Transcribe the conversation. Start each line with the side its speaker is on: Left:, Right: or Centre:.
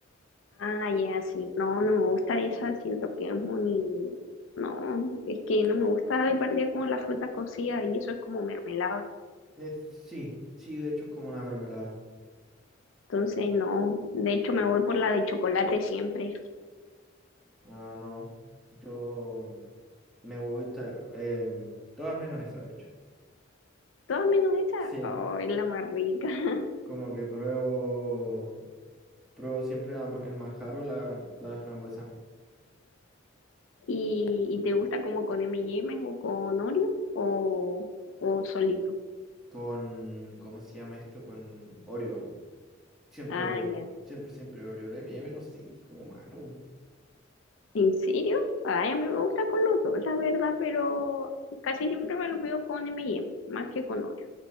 Left: Ah, ya, sí. No, no me gusta esa, siento que es muy... No, es que no me gusta de partida como la fruta cocida y eso es como mermelada.
Centre: Eh, sí, sí, de hecho es como una mermelada.
Left: Entonces, no. De hecho, me voy por la de chocolate siempre.
Centre: Ah, no, yo mm, me gusta, em, todas menos esa, de hecho.
Left: Todas menos esa.
Centre: Sí,
Left: Oh, es la más rica. <laughs>
Centre: como que pruebo, pruebo siempre la ma- el manjar o la, la frambuesa.
Left: ¿Y, y te gusta como con M&M o con Oreo o, o solito?
Centre: Con, ¿cómo se llama esto? Con Oreo. Siempre
Left: Ah,
Centre: Oreo.
Left: ya.
Centre: Siempre, siempre Oreo. El M&M no sé, es como malo.
Left: ¿En serio? Ay, a mí me gusta con los dos, la verdad, pero casi siempre me lo pido con M&M, más que con Oreo.